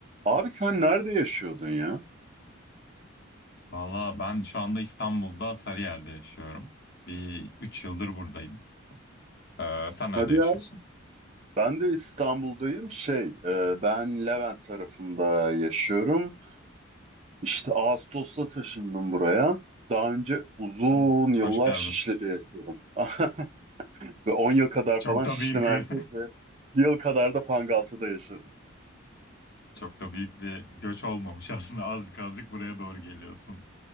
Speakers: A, on the right; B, on the left.
A: Abi sen nerede yaşıyordun ya?
B: Valla ben şu anda İstanbul'da Sarıyer'de yaşıyorum. Bir 3 yıldır buradayım. Ee, sen nerede
A: Hadi
B: yaşıyorsun?
A: ya. Ben de İstanbul'dayım. Şey, e, ben Levent tarafında yaşıyorum. İşte Ağustos'ta taşındım buraya. Daha önce uzun
B: Ha,
A: yıllar
B: hoş geldin.
A: Şişli'de yaşadım. <laughs> Ve 10 yıl kadar
B: Çok
A: falan Şişli
B: da büyük
A: merkez
B: bir
A: ve bir yıl kadar da Pangaltı'da yaşadım.
B: <laughs> çok da büyük bir göç olmamış <laughs> aslında. Azıcık azıcık buraya doğru geliyorsun.